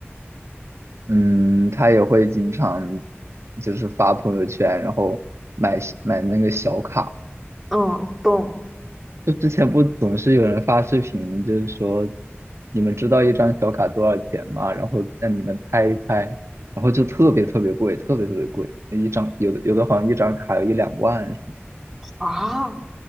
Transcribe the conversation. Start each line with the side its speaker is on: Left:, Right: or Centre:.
Right: 嗯，她也会经常就是发朋友圈，然后买买那个小卡。
Centre: 嗯，懂
Right: 就之前不总是有人发视频，就是说你们知道一张小卡多少钱吗？然后让你们猜一猜，然后就特别特别贵，特别特别贵，一张有的有的好像一张卡有一两万什么。
Centre: 啊。